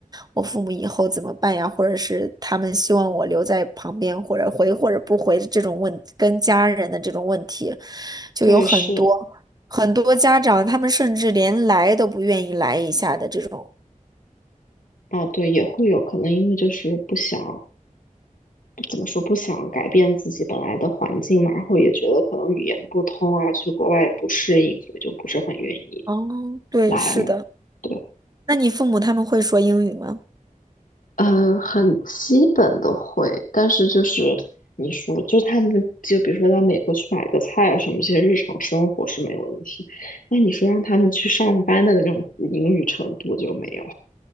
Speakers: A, on the right; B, on the left.
A: 我父母以后怎么办呀，或者是他们希望我留在旁边，或者回或者不回这种问，跟家人的这种问题，就有很多
B: 对是，
A: 很多家长，他们甚至连来都不愿意来一下的这种。
B: 啊对，也会有可能因为就是不想。怎么说不想改变自己本来的环境嘛，然后也觉得可能语言不通啊，去国外也不适应，所以就不是很愿意
A: 哦，对，
B: 来嘛。
A: 是的。
B: 对，
A: 那你父母他们会说英语吗？
B: 呃，很基本的会，但是就是你说，就是他们就比如说到美国去买个菜啊什么，这些日常生活是没问题。那你说让他们去上班的那种嗯英语程度就没有。